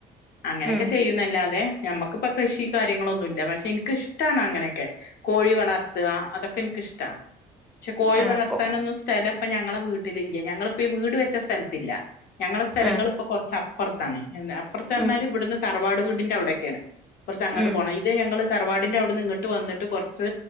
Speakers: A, on the left; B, in the centre.
A: അങ്ങനെക്കെ
B: ഉം,
A: ചെയ്യുന്നല്ലാതെ ഞമ്മക്കിപ്പ കൃഷി കാര്യങ്ങളൊന്നുല്ല പക്ഷെ എനിക്കിഷ്ടാണ് അങ്ങനെ ക്കെ, കോഴി വളർത്ത ആ അതൊക്കെൻക്ക്ഷ്ട്ടാ പക്ഷെ കോഴി
B: അനക്കോ
A: വളർത്താനൊന്നു സ്ഥല ഇപ്പഞ്ഞങ്ങളെ വീട്ടിലില്ല ഞങ്ങളിപ്പ ഈ വീട് വെച്ച സ്ഥൽത്ത്ല്ലാ ഞങ്ങളെ സ്ഥലങ്ങള്പ്പൊ
B: ആ,
A: കൊർച്ച അപ്പറത്താണ് എന്താ അപ്പർത്ത് അർഞ്ഞാല്,
B: ഉം,
A: ഇവ്ട്ന്ന് തറവാട് വീടിന്റവടേക്കാണ് കൊർച്ചങ്ങട്ട്
B: ഉം,
A: പോണം ഇതേ ഞങ്ങള് തറവാടിന്റവ്ട്ന്നിങ്ങട്ട് വന്ന്ട്ട് കൊർച്ച്